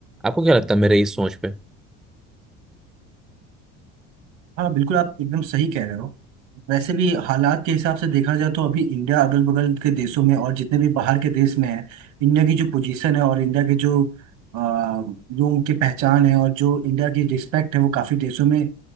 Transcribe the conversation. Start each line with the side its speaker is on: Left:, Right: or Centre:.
Centre: आपको क्या लगता है मेरे इस सोच पे
Right: हाँ बिल्कुल आप एकदम सही कह रहे हो वैसे भी हालात के हिसाब से देखा जाए तो अभी इंडिया अगल बगल के देशों में और जितने भी बाहर के देश में है इंडिया की जो पोजीशन है और इंडिया के जो अ, लोगों की पहचान है और जो इंडिया की रिस्पेक्ट है वो काफ़ी देशों में